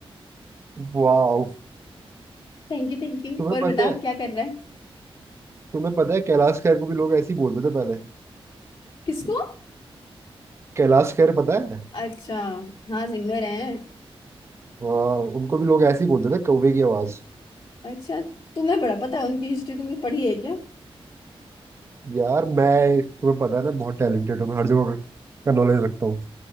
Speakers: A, on the right; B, on the left.
A: वाओ
B: Thank you thank you
A: तुम्हें
B: और
A: पता
B: बता
A: है
B: क्या कर रहा है
A: तुम्हें पता है कैलाश खैर को भी लोग ऐसे ही बोलते थे पहले
B: किसको
A: कैलाश खैर पता है
B: अच्छा हाँ सिंगर है
A: हाँ उनको भी लोग ऐसे ही बोलते थे कौवे की आवाज
B: अच्छा तुम्हें बड़ा पता है उनकी हिस्ट्री तुमने पढ़ी है क्या
A: यार मैं तुम्हें पता है ना बहुत टैलेंटेड हूँ मैं हर जगह का नॉलेज रखता हूँ